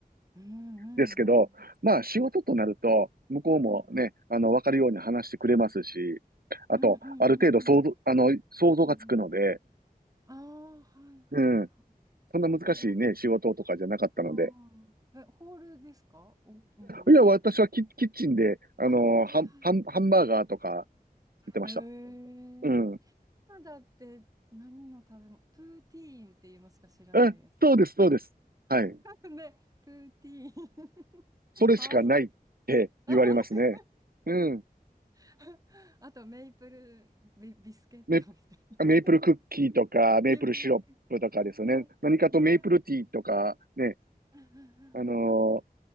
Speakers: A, on the right; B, on the right.
A: う。うんうんうん。
B: ですけど、まあ、仕事となると、向こうもね、
A: うんうん。
B: あの、わかるように話してくれますし、あと、
A: うんうんうんうん。
B: ある程度想像、あの、想像がつくので、
A: うんうん。ああ、はいはいはい。
B: うん。そんな難しいね、
A: えー、え、おき、
B: 仕事とかじゃなかったので。
A: あーえ、ホールですかお、うんと、
B: いや、
A: キッチン。
B: 私はキ、キッチンで、あのーハン、
A: あ、はいはいは
B: ハン、ハンバーガーとか作ってました。
A: い。え
B: うん。
A: カナダって何の食べ物プーティーンっていうのしか知らないです。
B: え、そうです、そうです。はい。
A: <laughs> ねプーティーン。<laughs>
B: それしかないって言われますね。
A: かわいいな。あ、本当に、
B: うん。
A: <laughs> 本当に。<laughs> あと、メイプルビ、ビスケットみたいな。
B: メ、メープルクッキーとか、
A: <laughs>
B: メープルシロップとかですよね。
A: メイプルクッキー。ね、
B: 何かとメープルティーとか、
A: ね。
B: ね。
A: <laughs> うんうんう
B: あの
A: ん